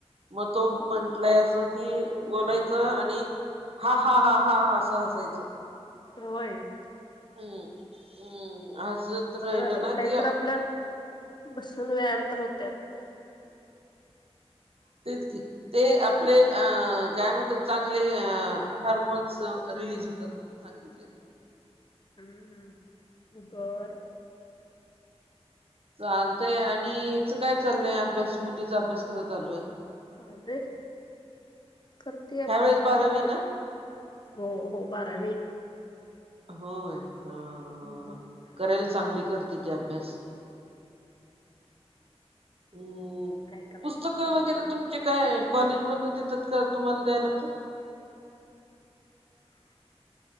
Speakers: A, on the right (about 60°); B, on the left (about 45°).
A: मग तो म्हण लाय असं कि बोलायचं आणि हा हा हा हा हा असं हसायचं.
B: होय?
A: हम्म हम्म. हसत
B: बर
A: राहिलं
B: झाल बाई
A: ना
B: काहीतर
A: कि
B: आपलं बसून व्यायाम. तर होते आपला
A: तेच की ते आप ले अ काय म्हणतात चांगले हार्मोन्स रिलीज होतात म्हणून सांगितले त्यांनी.
B: हम्म हम्म तू कर
A: चालतंय आणि हीच काय चालय अभ्यास मुलीचा अभ्यास कसा चालूये?
B: चालय करते आपली
A: ह्यावेेळेस बारावी
B: इथ
A: ना
B: हो हो बारावी.
A: होय. ह
B: हम्म
A: ह केरेल चांगली करते ती अभ्यास. हम्म
B: काय करायचं
A: पुस्तकं
B: आता
A: वगैरे तुमची काय कॉलेज मधन देतात का? तुम्हाला द्याय लागतात?